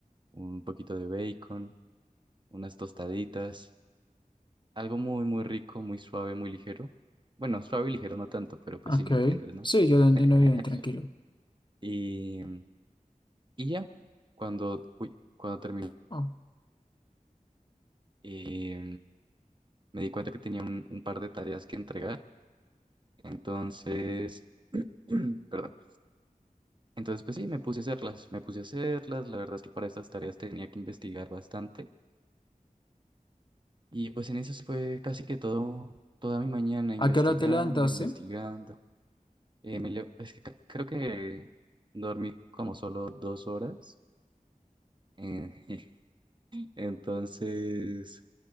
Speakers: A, on the right; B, on the left.
A: un poquito de bacon, unas tostaditas. Algo muy, muy rico, muy suave, muy ligero. Bueno, suave y ligero no tanto, pero pues
B: ok.
A: sí me entiendes, ¿no?
B: Sí, yo
A: <laughs>
B: te entiendo bien, tranquilo.
A: Y, y ya, cuando, uy, cuando terminé,
B: Ah,
A: eh, me di cuenta que tenía un, un par de tareas que entregar. Entonces, <clears throat> perdón. Entonces, pues sí, me puse a hacerlas, me puse a hacerlas. La verdad es que para estas tareas tenía que investigar bastante. Y pues en eso se fue casi que todo, toda mi mañana investigando,
B: ¿A qué hora te levantaste?
A: investigando. Eh, me leo- es que ca- creo que dormí como solo dos horas. eh, <laughs> entonces...